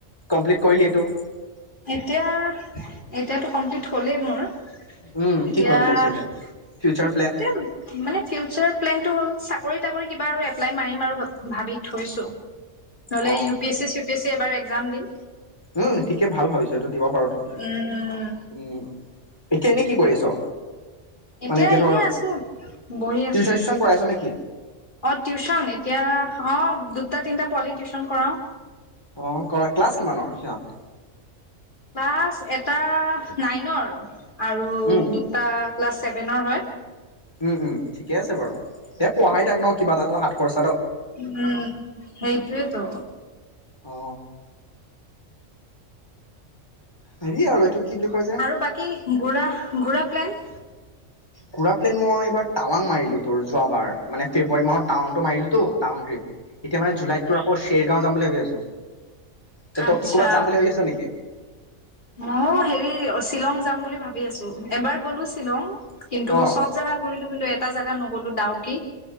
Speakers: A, on the left; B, on the left.
A: কমপ্লিত কৰিলি ত
B: এতিয়া এতিয়াতো কমপ্লিট হ'লেই মোৰ
A: উম
B: এতিয়া
A: কি কৰিম
B: এতিয়া
A: বুলি ভাবিছ ফিউচাৰ প্লেন
B: মানে ফিউচাৰ প্লেন টো হ'ল চাক চাকৰি তাকৰি কিবা আৰু এপ্লাই মাৰিম আৰু ভাবি থৈছো নহলে
A: অ
B: ইউ পি এছ চি চিউ পি এছ চি এবাৰ এক একজাম দিম
A: উম ঠিকে ভাল ভাৱিছ সেইটো দিব পাৰ ত
B: উম
A: উম্ উম্ এতিয়া এনেই কি কৰি আছ
B: এতিয়া
A: মানে
B: এনেই
A: ধৰ
B: আছো বহি আছো
A: টিউচন চিউচন কৰাই আছ নেকি
B: অ টিউচন এতিয়া অ দুটা তিনিটা পোৱলি টিউশচন কৰাওঁ
A: অ কৰা ক্লাছ কিমানৰ সিহঁত
B: ক্লাছ এটা নাইনৰ আৰু
A: উম
B: দুটা ক্লাছ ছেভেনৰ হয়
A: উম উম ঠিকে আছে বাৰু এ পঢ়াই থাক ন কিবা এটা হাত খৰচ
B: উম সেইটোৱেই তো
A: অ হেৰি আৰু এইটো কি বুলি কয় যে
B: আৰু বাকী ঘূৰা ঘূৰা প্লেন
A: ঘূৰা প্লেন মই এইবাৰ টাৱাং মাৰিলো তোৰ যোৱাবাৰ মানে ফেব্ৰুৱাৰী মাহত টাৱাংটো মাৰিলো তো টাৱাং ত্ৰিপ এতিয়া মানে জুলাইত তো আকৌ চেৰগাঁও যাম <unintelligible> আছো তে
B: আচ্ছা
A: তই কি কৰ'বাত যাম বুলি ভাবি আছ নেকি
B: ময়ো হেৰি শ্বিলং যাম বুলি ভাবি আছো এবাৰ গলো শ্বিলং কিন্তু
A: অ
B: চব জোগা ঘূৰিলো কিন্তু এ এটা জোগা নগলো ডাউকী